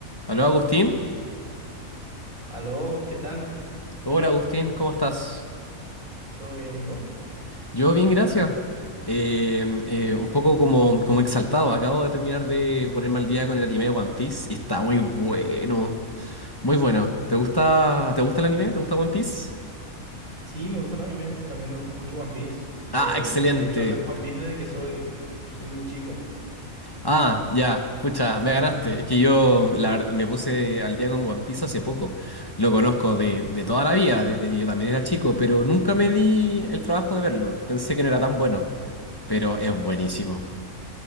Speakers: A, on the left; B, on the right.
A: Aló Agustín.
B: Aló, ¿qué tal?
A: Hola Agustín, ¿cómo estás?
B: ¿Todo bien, y vos?
A: Yo bien, gracias. Eh, eh, un poco como, como exaltado. Acabo de terminar de ponerme al día con el anime de One Piece y está muy bueno. Muy bueno. ¿Te gusta, te gusta el anime? ¿Te gusta One Piece?
B: Sí, me gusta el anime, también me gusta mucho One Piece.
A: Ah,
B: Em,
A: excelente.
B: de hecho, veo One Piece desde que soy, soy muy chico.
A: Ah, ya, pucha, me ganaste. Es que yo la verdad, me puse al día con One Piece hace poco. Lo conozco de, de toda la vida, desde que yo también era chico, pero nunca me di el trabajo de verlo. Pensé que no era tan bueno, pero es buenísimo.